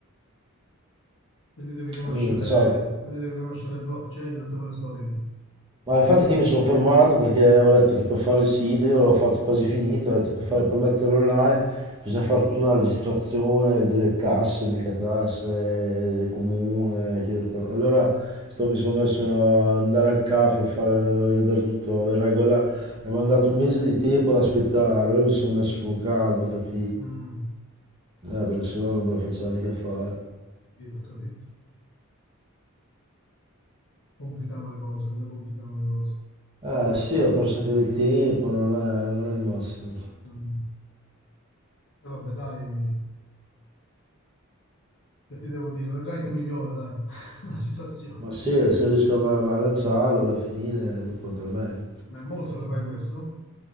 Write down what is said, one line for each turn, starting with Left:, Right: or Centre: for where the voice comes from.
Left: Quindi devi conoscere,
Right: Niente, so,
Left: quindi devi conoscere blockchain e tutte quelle storie lì.
Right: Ma infatti che io mi sono fermato perché ho letto che per fare il sito, io l'ho fatto quasi finito, ho detto per fare- per metterlo online bisogna fare tutta una registrazione delle tasse, mica tasse, comune, chiedere per- Allora sto- mi sono messo a andare al CAF a fare, a vedere tutto in regola, mi hanno dato un mese di tempo ad aspettare, allora mi sono messo con calma, capito?
Left: Mm,
Right: Eh, perché sennò non me lo faceva mica fare.
Left: ho capito, ho capito. Complicano le cose, come complicano le cose.
Right: Eh sì, ho perso anche del tempo, non è, non è il massimo.
Left: Mm. E vabbè, dai, che ti devo dire? Vedrai che migliora, dai, <laughs> la situazione.
Right: Ma sì, se riesco a, a lanciarlo alla fine, dopo andrà meglio.
Left: Ma è molto che fai questo?